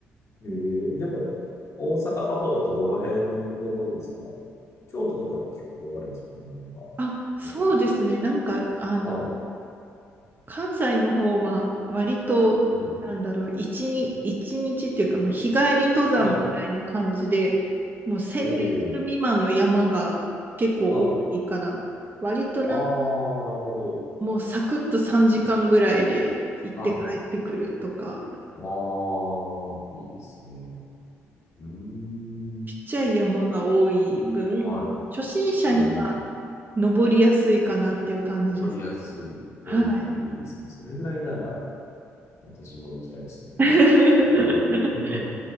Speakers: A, on the left; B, on the right.
A: えー、
B: うん
A: でも、大阪の方だとどの辺登るんですか京都とか結構あるんですかね、山が。
B: あ、
A: どうなんだ
B: そうですね。なんか、あの、
A: ろう。はい。
B: 関西の方は割と、
A: うん。
B: なんだろう、一日、一日っていうか、まあ、日帰り登山みたいな感じで、
A: は
B: もう1000メートル未満の山が結構多いから、
A: い。ええ、はい。
B: 割となんか
A: ああ、なるほど。
B: もうサクッと3時間ぐらいで行って帰ってくるとか、
A: はい。ああ、いいですね。うーん。
B: ちっちゃい山が多い分、
A: はい。
B: 初心者には
A: うんうん。
B: 登りやすいかなっていう感じです。
A: 登りやすい。
B: はい。
A: ええ、あ、いいですね。それぐらいなら、私も行きたいですね。
B: <laughs>
A: <laughs>